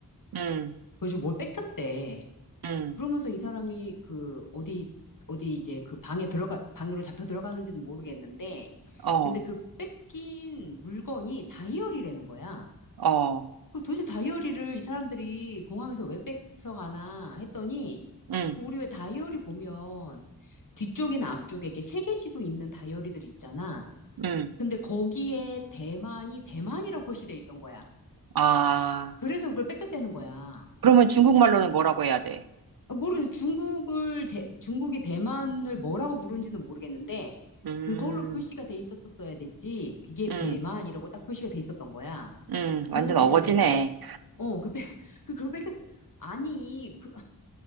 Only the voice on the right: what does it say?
음,
음,
어,
어,
음,
음.
아,
그러면 중국말로는 뭐라고 해야 돼?
음,
음,
음,
완전
어거지네.